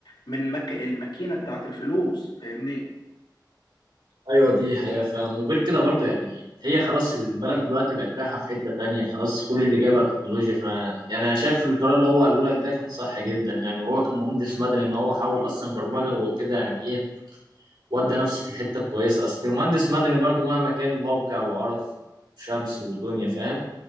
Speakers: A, on the left; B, on the right.
A: من مك الماكينه بتاعت الفلوس فاهمني
B: ايوه دي حقيقة فعلا وغير كده برضو يعني هي خلاص البلد دلوقتي بقت رايحة في حتة تانية خلاص كل اللي جاي بقى تكنولوجيا ف يعني انا شايف القرار اللي هو قاله لك ده كان صح جدا يعني وهو كمهندس مدني ان هو حاول اصلا برمجة هو كده يعني ايه ودى نفسه في الحتة الكويسة اصل المهندس مدني برضو مهما كان موقع وعرف وشمس ودنيا فاهم